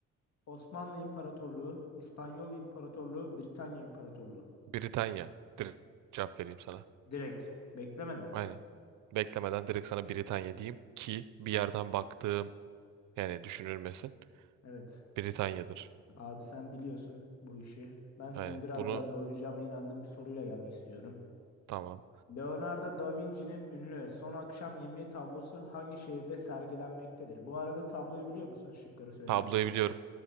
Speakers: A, on the left (about 60°); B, on the right (about 75°).
A: Osmanlı İmparatorluğu, İspanyol İmparatorluğu, Britanya İmparatorluğu.
B: Britanya. Direkt cevap vereyim sana.
A: Direkt beklemeden diyorsun.
B: Aynen. Beklemeden direkt sana Britanya diyeyim ki bir yerden baktığım yani düşünülmesin.
A: Evet.
B: Britanya'dır.
A: Abi sen biliyorsun bu işi. Ben seni
B: Aynen.
A: biraz
B: Bunu
A: daha zorlayacağıma inandığım bir soruyla gelmek istiyorum.
B: tamam.
A: Leonardo da Vinci'nin ünlü Son Akşam Yemeği tablosu hangi şehirde sergilenmektedir? Bu arada tabloyu biliyor musun? Şıkları söylemeden.
B: Tabloyu biliyorum.